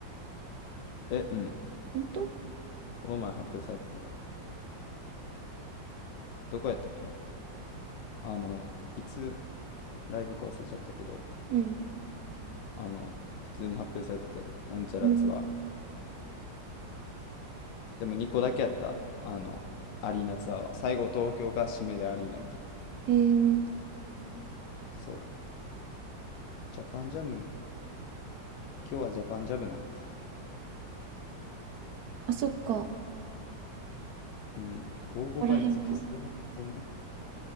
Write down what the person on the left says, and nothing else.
え、うん。
この前発表されてたで。どこやったっけな。あの、いつライブか忘れちゃったけど、
あの、普通に発表されてたで。なんちゃらツアーみたいな。
でも2個だけやった。あの、アリーナツアーは。最後東京が締めでアリーナみたいな。
そう。ジャパンジャム。今日はジャパンジャムなのか。
うん。55バイのやつフェスやなくってんな。